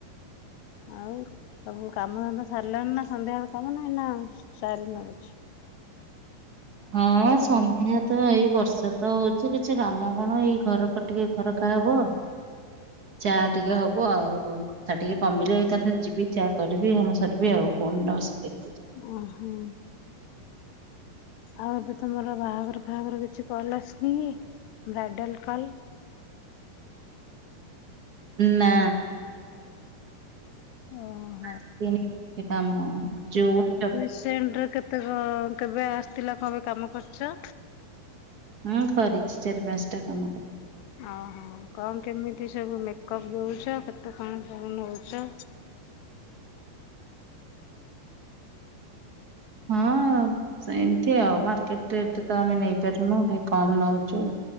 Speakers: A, on the left (about 80°); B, on the right (about 45°).
A: ଆଉ। ସବୁ କାମ ଧନ୍ଧା ସାରିଲାଣି ନା ସନ୍ଧ୍ୟାବେଳ କାମ ନାହିଁ ନା ସାରି ନ କିଛି।
B: ହଁ ସନ୍ଧ୍ୟା ତ ଏଇ ବର୍ଷା ତ ହଉଛି କିଛି କାମ କଣ ଏଇ ଘର ଖ ଟିକେ ଖରକା ହବ। ଚା ଟିକେ ହବ ଆଉ କଣ ବର୍ଷା ଟିକେ କମିଲେ ଏକାଥରେ ଯିବି। ଚା କରିବି କମ ସରିବି ଆଉ ଫୋନ ଟା ବସିକି ଦେଖ
A: ଉଁ ହୁଁ। ଆଉ ଏବେ ତମର ବାହାଘର ଫାହାଘର କିଛି କଲ ଆସିନି ବ୍ରାଇଡାଲ କଲ।
B: ନା।
A: ଓଃ।
B: <unintelligible>
A: ସେଣ୍ଡ ରେ କେତେ କଁ କେବେ ଆସିଥିଲା କବେ କାମ କରିଛ।
B: ହଁ କରିଛି ଚାରି ପାଞ୍ଚଟା କାମ କରି
A: ଓହୋ କଣ କେମିତି ସବୁ ମେକଅପ୍ ଦଉଛ କେତେ କଣ ସବୁ ନଉଛ
B: ହଁ ସେମିତି ଆଉ ମାର୍କେଟ ରେଟ ତ ଆମେ ନେଇପାରନୁ ଟିକେ କମ ନଉଛୁ।